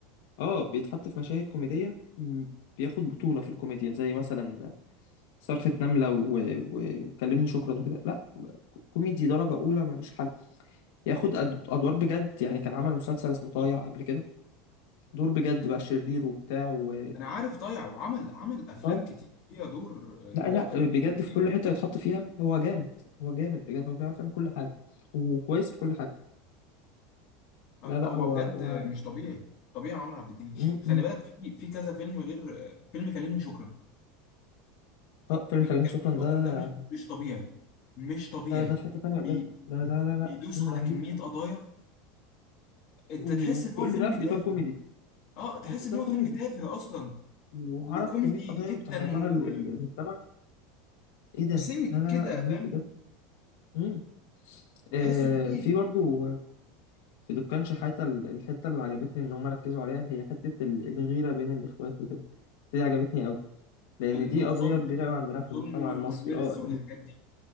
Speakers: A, on the left; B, on the left.
A: اه بيتحط في مشاهد كوميدية م، بياخد بطولة في الكوميديا زي مثلا صرخة نملة و... و... وكلمني شكرا وكده لا كو- كوميدي درجة أولى ملوش حل ياخد أد... أدوار بجد يعني كان عمل مسلسل اسمه طايع قبل كده دور بجد بقى شرير وبتاع و
B: أنا عارف ضايع وعمل عمل أفلام
A: اه
B: كتير فيها دور آه، إن
A: لا
B: هو
A: لا
B: طايع
A: بجد
B: كتير
A: في كل حتة يتحط فيها هو جامد هو جامد بجد هو بيعرف يعمل كل حاجة وكويس في كل حاجة
B: آه،
A: لا لا
B: هو
A: هو
B: بجد
A: هو
B: مش طبيعي طبيعي عمرو عبد الجليل
A: رهيب
B: خلي بالك في في كذا فيلم غير آه، فيلم كلمني شكرا
A: اه فيلم
B: فيلم
A: فردين
B: كلمني
A: شكرا
B: شكرا
A: ده
B: ده مش مش طبيعي مش طبيعي
A: ده ده في حتة تانية بجد
B: بي-
A: ده لا لا لا
B: بيدوس
A: فيلم
B: على
A: رهيب
B: كمية قضايا انت
A: وفي
B: تحس ان
A: كل
B: هو فيلم
A: ده في
B: تافه
A: إطار كوميدي
B: اه تحس
A: وفي إطار
B: ان هو
A: كوميدي
B: فيلم تافه اصلا
A: وعرض
B: وكوميدي
A: كمية قضايا
B: جدا
A: بتعرض لها ال-
B: و...
A: ال- المجتمع ايه
B: وسمك
A: ده لا لا
B: كده
A: لا رهيب
B: فاهم
A: بجد مم.
B: وتحسه
A: آه
B: تقيل
A: في برضو في دكان شحاتة ال- الحتة اللي عجبتني إن هم ركزوا عليها هي حتة ال- الغيرة بين الإخوات وكده دي عجبتني أوي لأن
B: الظلم
A: دي قضية كبيرة أوي عندنا في
B: الظلم
A: المجتمع
B: و-
A: المصري
B: والورث
A: اه
B: والحاجات دي